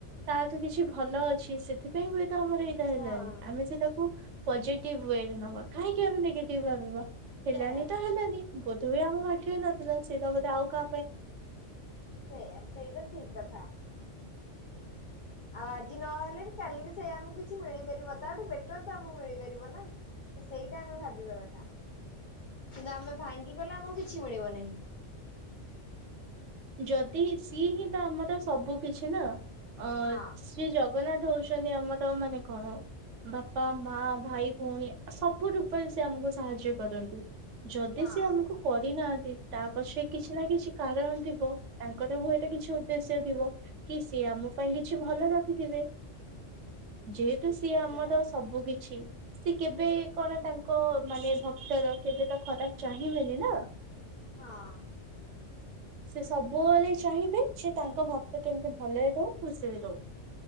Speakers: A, on the right; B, on the left.
A: ତା କିଛି ଭଲ ଅଛି ସେଥିପାଇଁ ହୁଏତ ଆମର ଏଇଟା ହେଲାନି।
B: ହଁ
A: ଆମେ ସେଟାକୁ ପଜେ ଟିଭ ୱେ ରେ ନେବା। କାହିଁକି ଆମେ ନେଗଟିଭ୍ ଭାବିବା। ହେଲାନି
B: ସେୟା।
A: ତ ହେଲାନି। ଗୋଟି <unintelligible> ଆମ ଭାଗ୍ୟ ରେ ନଥିଲା। ସେଟା ବୋଧେ ଆଉ କା
B: ସେଇୟା, ସେଇଟା ଠିକ କଥା। ଆଉ ଆଜି ନହେଲେ ବି କାଲି ବି ସେଇ ଆମକୁ କିଛି ମିଳିପାରିବ ତାଠୁ ବେଟର ତ ଆମକୁ ମିଳିପାରିବ ନା। ତ ସେଇଟା ଆମେ ଭାବିବା କଥା। କିନ୍ତୁ ଆମେ ଭାଙ୍ଗିଗଲେ ଆମକୁ କି କିଛି ମିଳିବ ନାହିଁ।
A: ଯଦି ସିଏ ହିଁ ତ ଆମର ସବୁ କିଛି ନା। ଅ
B: ହଁ
A: ଶ୍ରୀ ଜଗ ଜଗନ୍ନାଥ ହଉଛନ୍ତି ଆମର ତ ମାନେ କଣ ବାପା, ମା, ଭାଇ, ଭଉଣୀ ସବୁ ରୂପରେ ସେ ଆମକୁ ସାହାଯ୍ୟ କରନ୍ତି। ଯଦି
B: ହଁ।
A: ସେ ଆମକୁ କରିନାହାନ୍ତି ତା ପଛରେ କିଛି ନା କିଛି କାରଣ ଥି ତାଙ୍କର ହୁଏ ଏଟା କିଛି ଉଦ୍ଦେଶ୍ୟ ଥିବ କି ସିଏ ଆମ ପାଇଁ କିଛି ଭଲ ରଖିଥିବେ। ଯେହେତୁ
B: ସେଇ
A: ସିଏ
B: ବି ଠିକ
A: ଆମର
B: କଥା
A: ସବୁ କିଛି। ସେ କେବେ କଣ ତାଙ୍କ ମାନେ ଭକ୍ତର କେବେ ତ ଖରାପ ଚାହିଁବେନି ନା।
B: ହଁ।
A: ସେ ସବୁବେଳେ ଚାହିଁବେ ସେ ତାଙ୍କ ଭକ୍ତ କେମିତି ଭଲରେ ରହୁ। ଖୁସିରେ ରହୁ।